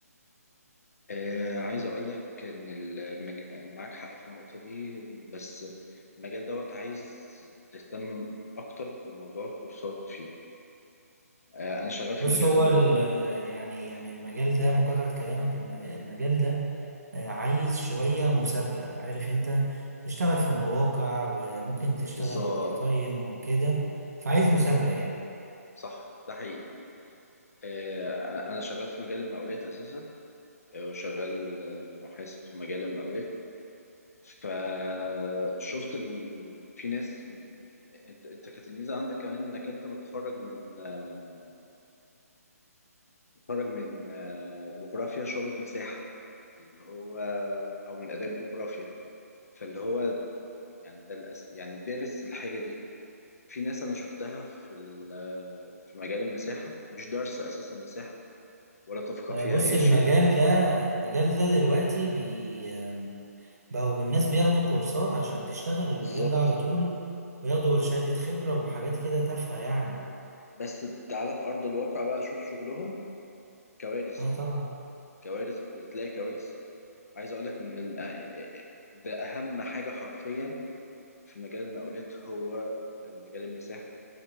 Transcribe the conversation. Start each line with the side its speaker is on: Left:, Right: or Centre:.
Left: آه عايز اقولك ان المج... معاك حق في النقطة دي بس المجال دوت عايز تهتم اكتر بموضوع الكورسات فيه آه انا شغال في
Right: بص
Left: مجال
Right: هو
Left: الم...
Right: ال- يعني يعني المجال ده مقاطعة كلامك المج- المجال ده آه، عايز شوية مثابرة عارف انت تشتغل في مواقع وممكن تشتغل
Left: بالظبط
Right: اوفر تايم وكده فعايز مثابرة يعني
Left: صح ده حقيقي آه انا شغال في مجال المقاولات اساسا آه، وشغال آه، محاسب في مجال المقاولات فشفت ال... في ناس انت انت كانت الميزه عندك كمان انك انت متخرج من آه، متخرج من آه، جغرافيا شعبة مساحه اللي هو او من اداب جغرافيا فاللي هو يعني ده الأس... يعني دارس الحاجه دي في ناس انا شفتها في ال... آه، في مجال المساحه مش دارسه اساسا مساحه ولا تفقه
Right: آه،
Left: فيها
Right: بص
Left: اي
Right: المجال
Left: شيء
Right: ده المجال ده دلوقتي بي آم، بقوا الناس بياخدوا كورسات عشان تشتغل المجال
Left: بالظبط
Right: ده على طول وياخدوا شهادة خبرة وحاجات كده تافهة يعني
Left: بس تعالى في ارض الواقع بقى شوف شغلهم كوارث
Right: اه طبعا
Left: كوارث بتلاقي كوارث عايز اقول لك من ده اهم حاجه حرفيا في مجال المقاولات هو آه، مجال المساحه